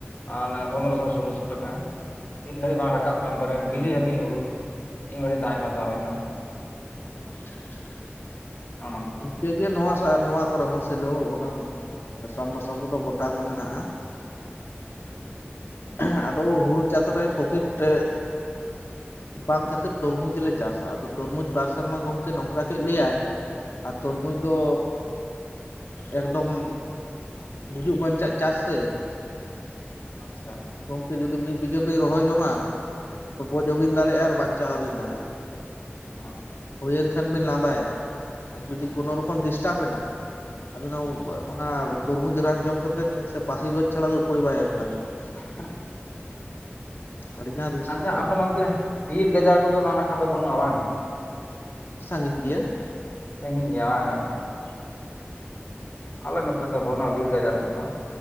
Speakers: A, on the left (about 40°); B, on the left (about 60°).
A: ᱟᱨ ᱚᱱᱮ ᱯᱚᱱᱫᱽᱨᱚᱥᱚ ᱥᱳᱞᱳ ᱥᱚ ᱴᱟᱠᱟ ᱛᱤᱱ ᱜᱷᱟᱹᱲᱤ ᱵᱟᱝ ᱨᱟᱠᱟᱵ ᱠᱟᱱ ᱛᱟᱵᱮᱱ ᱵᱤᱞᱤ ᱦᱟᱹᱵᱤᱡ ᱦᱳᱲᱳ ᱾ ᱤᱱ ᱜᱷᱟᱹᱲᱤᱡ ᱫᱟᱜ ᱮ ᱮᱢᱟᱣᱟᱛᱟᱵᱮᱱᱟ
B: ᱟᱪᱪᱷᱟ -ᱟᱪᱪᱷᱟ ᱾
A: ᱱᱚᱜ -ᱚᱼᱱᱚᱝᱠᱟ ᱾
B: ᱪᱮ ᱜᱮ ᱱᱚᱣᱟ ᱥᱟ ᱱᱚᱣᱟ ᱠᱚᱨᱮ ᱦᱚᱸ ᱥᱮᱞᱳ ᱚᱱᱟ ᱥᱟᱵᱟᱨᱥᱟᱞ ᱠᱚᱫᱚ ᱜᱚᱴᱟ ᱜᱮ ᱢᱮᱱᱟᱜᱼᱟ ᱾ ᱦᱷᱟᱸ, ᱫᱚ ᱦᱩᱲᱩ ᱪᱟᱥ ᱨᱮ ᱯᱨᱚᱯᱷᱤᱴ ᱮ ᱵᱟᱝ ᱠᱷᱟᱹᱛᱤᱨ ᱛᱚᱨᱢᱩᱡᱽ ᱞᱮ ᱪᱟᱥᱟ ᱟᱫᱚ ᱛᱚᱨᱢᱩᱡᱽ ᱵᱟᱨ ᱥᱮᱨᱢᱟ ᱜᱚᱢᱠᱮ ᱱᱚᱝᱠᱟ ᱠᱮᱫ ᱞᱮᱭᱟᱭ ᱟᱨ ᱛᱩᱨᱢᱩᱡᱽ ᱫᱚᱻ ᱮᱠᱫᱚᱢ ᱜᱩᱡᱩᱜ ᱵᱟᱧᱪᱟᱜ ᱪᱟᱥ ᱥᱮ ᱾
A: ᱟᱪ-ᱪᱷᱟᱻ ᱾
B: ᱜᱚᱝᱠᱮ ᱡᱩᱫᱤ ᱢᱤᱫ ᱵᱤᱜᱷᱟᱹ ᱵᱤᱱ ᱨᱚᱦᱚᱭ ᱡᱚᱝᱟ ᱜᱚᱡ ᱦᱚᱸᱵᱤᱱ ᱫᱟᱲᱮᱭᱟᱜᱼᱟ ᱟᱨ ᱵᱟᱧᱪᱟᱣ ᱦᱚᱸᱵᱤᱱ ᱫᱟᱲᱮᱭᱟᱜᱼᱟ ᱾
A: <inaudible> ᱚᱸ-ᱚᱝ-ᱟᱸᱜ-ᱴᱷᱮᱡ ᱾
B: ᱦᱩᱭᱮᱱ ᱠᱷᱟᱱ ᱵᱤᱱ ᱞᱟᱸᱫᱟᱭᱟ ᱟᱨ ᱡᱩᱫᱤ
A: ᱦᱚᱸ
B: ᱠᱳᱱᱳ ᱨᱚᱠᱚᱢ ᱰᱤᱥᱴᱟᱵ ᱮᱱᱟ ᱟᱵᱤᱱ ᱫᱚ ᱩᱯ ᱟ ᱚᱱᱟ ᱛᱚᱨᱢᱩᱡᱽ ᱨᱟᱱ ᱡᱚᱢ ᱠᱟᱛᱮᱫ ᱥᱮ ᱯᱟᱥᱮ ᱜᱚᱡ ᱪᱷᱟᱲᱟ ᱫᱚ ᱩᱯᱟᱹᱭ ᱵᱟᱭ ᱮᱢ ᱛᱟᱵᱤᱱᱟ ᱾
A: ᱦᱟᱸᱦ ᱾ <unintelligible>
B: ᱟᱹᱰᱤᱜᱟᱱ ᱨᱤᱠᱥ
A: ᱥᱟᱦ, ᱟᱪ-ᱪᱷᱟ
B: ᱜᱚᱝᱠᱮ
A: ᱟᱯᱮ ᱚᱱᱛᱮ ᱵᱤᱨ ᱜᱟᱡᱟᱲ ᱠᱚᱫᱚ ᱚᱱᱟ ᱱᱟᱜ-ᱠᱷᱟ ᱫᱚ ᱵᱟᱹᱱᱩᱜᱼᱟ ᱵᱟᱝ?
B: ᱥᱟᱺᱜᱤᱧ ᱜᱮᱭᱟ ᱾
A: ᱥᱟᱺᱜᱤᱧ ᱜᱮᱭᱟ ᱵᱟᱝ, ᱟᱪᱪᱷᱟ ᱾ ᱟᱞᱮ ᱱᱚᱛᱮ ᱫᱚ ᱵᱟᱹᱱᱩᱜᱼᱟ ᱵᱤᱨ ᱜᱟᱡᱟᱲ ᱠᱚᱫᱚ ᱾